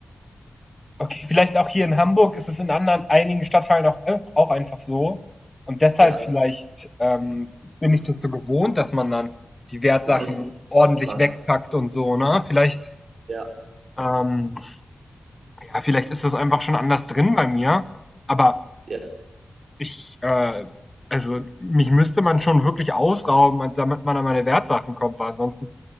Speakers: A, on the left; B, on the right.
A: okay, vielleicht auch hier in Hamburg ist es in anderen, einigen Stadtteilen auch, auch einfach so. Und deshalb
B: Ja,
A: vielleicht ähm, bin ich das so gewohnt, dass man dann die Wertsachen
B: dass man so
A: ordentlich
B: aufpasst.
A: wegpackt und so, ne? Vielleicht,
B: Ja,
A: ähm, ja, vielleicht ist das einfach schon anders drin bei mir. Aber
B: ja,
A: ich, äh, also mich müsste man schon wirklich ausrauben, damit man an meine Wertsachen kommt, weil ansonsten